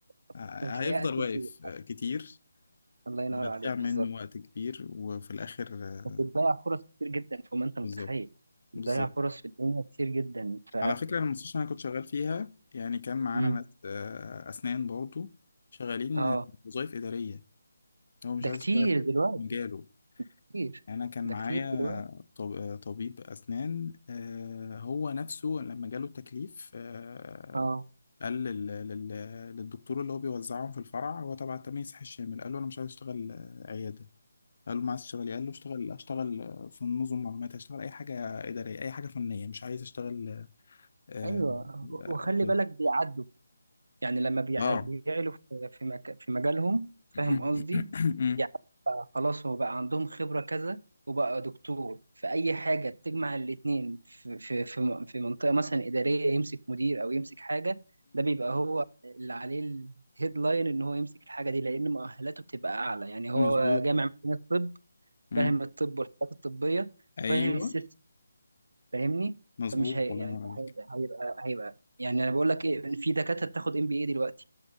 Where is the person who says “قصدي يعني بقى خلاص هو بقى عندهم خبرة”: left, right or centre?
Right